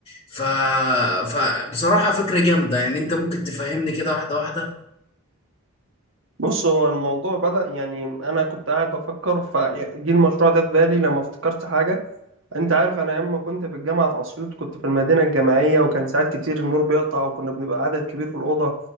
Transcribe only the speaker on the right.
بص هو الموضوع بدأ يعني انا كنت قاعد بفكر فجي المشروع ده في بالي لما افتكرت حاجه انت عارف انا لما كنت في الجامعه في اسيوط كنت في المدينه الجامعيه وكان ساعات كتير النور بيقطع وكنا بنبقى عدد كبير في الاوضه